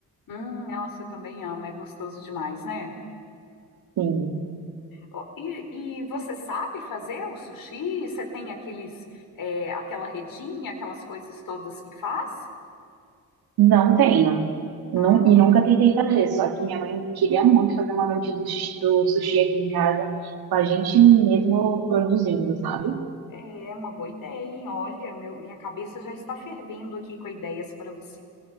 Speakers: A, on the left; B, on the right.
A: hum, nossa, eu também amo, é gostoso demais, né?
B: Sim.
A: Ó, E, e você sabe fazer o sushi? Você tem aqueles, é, aquela redinha, aquelas coisas todas que faz?
B: Não tenho. Nun-
A: Ah,
B: e nunca tentei fazer, só que minha mãe queria muito fazer uma noite do, sushi- do sushi aqui em casa, com a gente mesmo produzindo, sabe?
A: é uma boa ideia, hein? Olha, meu- minha cabeça já está fervendo aqui com ideias para você.